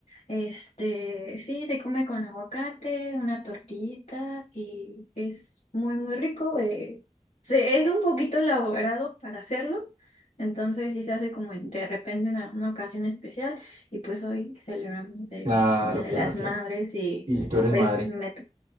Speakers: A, on the left (about 65°); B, on the right (about 80°).
A: Este, sí, se come con aguacate, una tortillita y es muy, muy rico. eh, se, es un poquito elaborado para hacerlo, entonces sí se hace como en- de repente en alguna ocasión especial y pues hoy celebramos el,
B: Claro,
A: el Día de
B: claro,
A: las
B: claro.
A: Madres y
B: Y tú eres
A: pues
B: madre.
A: me... to-